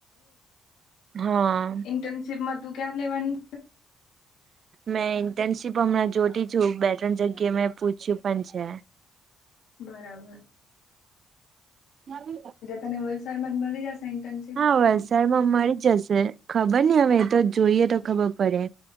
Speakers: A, on the right; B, on the left.
A: હા.
B: ઈન્ટર્નશીપ મા તું ક્યાર લેવાની?
A: મેં ઇન્ટર્નશીપ હમણાં જોતી છું બે ત્રણ જગ્યાએ મેં પૂછ્યું પણ છે.
B: બરાબર.
A: ના <inaudible>
B: તને વલસાડમાં જ મળી જશે ઈન્ટર્નશીપ?
A: હા વલસાડમાં મળી જ જશે. ખબર નહી હવે તો જોઈએ તો ખબર પડે